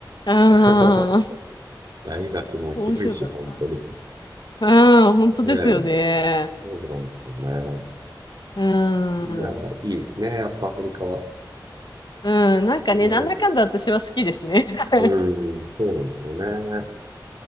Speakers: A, on the left; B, on the right.
A: ああ、
B: <laughs> 大学も広いし、
A: 面白かった。
B: 本当に。
A: ああ、本当ですよね。
B: ねえ、そうなんですよね。
A: うん。
B: いや、いいですね。やっぱアメリカは。
A: うん、なんかね、
B: ねえ。
A: なんだかんだ私は好きですね。<laughs>
B: うん、そうなんですよね。